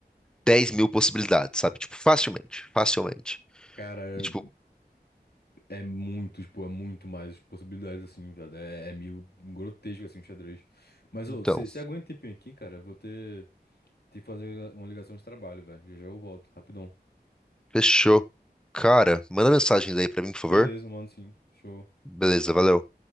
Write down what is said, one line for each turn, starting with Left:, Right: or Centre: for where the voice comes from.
Centre: 10 mil possibilidades, sabe? Tipo, facilmente, facilmente.
Left: Cara,
Centre: E tipo,
Left: é muito, tipo, é muito mais possibilidades, assim, velho. É, é meio grotesco, assim, o xadrez. Mas,
Centre: então,
Left: ô, você aguenta um tempinho aqui, cara? Eu vou ter, ter que fazer uma ligação de trabalho, velho. Já já eu volto, rapidão.
Centre: fechou. Cara, manda mensagens aí pra mim, por favor.
Left: Beleza, mano, sim. Show.
Centre: Beleza, valeu.